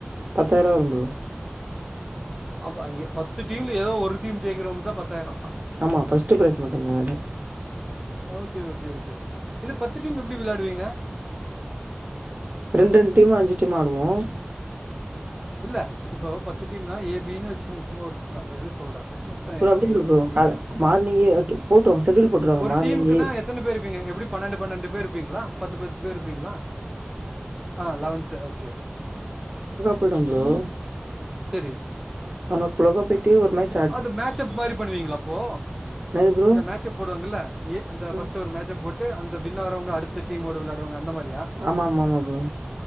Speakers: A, on the right; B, in the centre.
A: பத்தாய்ருவா வரு ப்ரோ
B: அப்ப ஏ பத்து டீம்ல ஏதோ ஒரு டீம் ஜெய்கறவங்களுக்தா பத்தாய்ரோ
A: ஆமா பஸ்ட் ஃபிரைஸ் மட்டுதா அது
B: ஓகே ஓகே ஓகே இது பத்து டீம் எப்டி விளையாடுவீங்க
A: ரெண்டு ரெண்டு டீம்மா அஞ்சு டீம் ஆடுவோ
B: இல்ல இப்போ பத்து டீம்னா ஏ பீனு வச்சுக்கோங்க சும்மா ஒரு க இதுக் சொல்றே மொத்தோ
A: ப்ரோ அப்படி
B: ஏ
A: இல்ல ப்ரோ.
B: பினு
A: கால மார்னிங்கே
B: எ
A: அட்டு போட்டுருவாங்க. ஷெட்யூல் போட்டுருவாங்க.
B: ஒரு
A: மார்னிங்கே
B: டீமுக்குன்னா எத்தன பேர் இப்பீங்க எப்டி பன்னண்டு பன்னண்டு பேர் இருப்பீங்ளா பத்து பத்து பேர் இருப்பீங்ளா ஆ லவன் சே ஓகே
A: போய்டுவோ ப்ரோ
B: சரி
A: லவன் ஓ கிளாக்க போய்ட்டு ஒரு மாரி
B: அது மேட்சப் மாரி பண்ணுவீங்களா அப்போ
A: என்னது ப்ரோ?
B: அந்த மேட்சப் போடுவாங்கள்ள ஏ அந்த ஃபஸ்டு
A: ம்.
B: ஒரு மேச்ச போட் டு அந்த வின்னாவறவங்க அடுத்த டீமோட விளாடுவங்க அந்த மாரி
A: ஆமாமா மா மா ப்ரோ